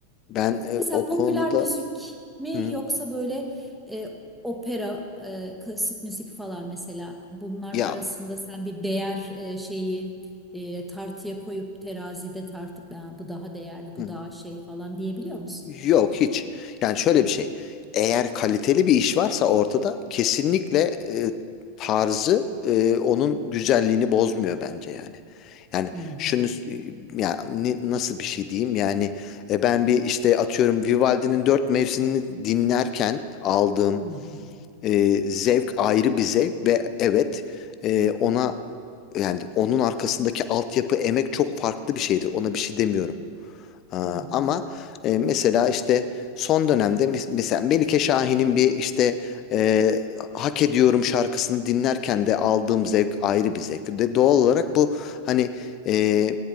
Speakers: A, on the left (about 35°); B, in the centre.
A: Ben e,
B: Mesela
A: o
B: popüler
A: konuda
B: müzik mi
A: hı,
B: yoksa böyle e, opera, e, klasik müzik falan mesela bunlar
A: ya
B: arasında sen bir değer e, şeyi e, tartıya koyup terazide tartıp "Ha, bu daha değerli, bu
A: hı.
B: daha şey falan diyebiliyor musun?
A: Yok hiç. Yani şöyle bir şey. Eğer kaliteli bir iş varsa ortada kesinlikle e, tarzı e, onun güzelliğini bozmuyor bence yani. Yani
B: Hı hı,
A: şunu ya ni- nasıl bir şey diyeyim yani e, ben bir işte atıyorum Vivaldi'nin dört mevsimini dinlerken aldığım
B: hı hı,
A: e, zevk ayrı bir zevk ve evet e, ona yani onun arkasındaki altyapı emek çok farklı bir şeydir ona bir şey demiyorum. Aa,
B: hı hı,
A: ama e, mesela işte son dönemde mes- mesela Melike Şahin'in bir işte e, Hak Ediyorum şarkısını dinlerken de aldığım zevk ayrı bir zevk. De doğal olarak bu hani e,